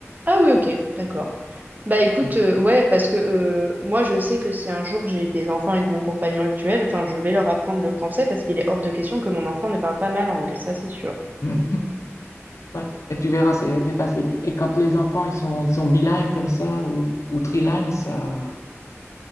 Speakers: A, on the right (about 35°); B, on the left (about 80°).
A: Ah oui, ok, d'accord. Bah écoute,
B: Donc,
A: euh, ouais, parce que euh, moi je sais que si un jour j'ai des enfants avec mon compagnon actuel, enfin je vais leur apprendre le français parce qu'il est hors de question que mon enfant ne parle pas ma langue, ça c'est sûr.
B: <laughs> ouais. Et tu verras, c'est c'est facile. Et quand les enfants ils sont, ils sont bilingues comme ça ou, ou trilingues, ça,